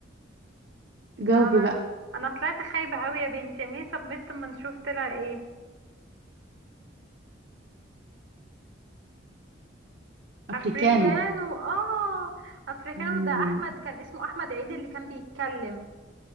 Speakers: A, on the right; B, on the right.
A: جاوبي
B: لا انا
A: بقى
B: انا طلعت خايبة قوي يا بنتي اعملي سبميت اما نشوف طلع ايه
A: افريكانو
B: افريكانو اه افريكانو
A: مم.
B: ده احمد كان اسمه احمد عيد اللي كان بيتكلم